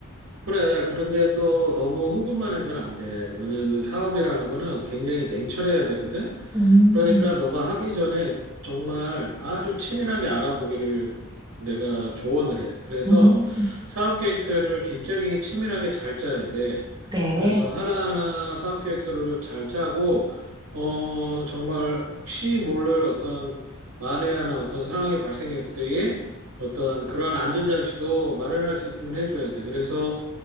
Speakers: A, on the right; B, on the right.
A: 그래. 그런데 또 너무 흥분만 해서는 안 돼. 왜냐하면 사업이라는 거는 굉장히 냉철해야 되거든.
B: 음.
A: 그러니까 너가 하기 전에 정말 아주 치밀하게 알아보기를 내가 조언을 해. 그래서
B: 음,
A: 사업 계획서를 굉장히 치밀하게 잘 짜야 돼.
B: 그래.
A: 그래서 하나하나 사업 계획서를 좀 잘 짜고, 어, 정말 혹시 모를 어떤 만에 하나 어떤 상황이 발생했을 때에 어떤 그런 안전장치도 마련할 수 있으면 해줘야 돼. 그래서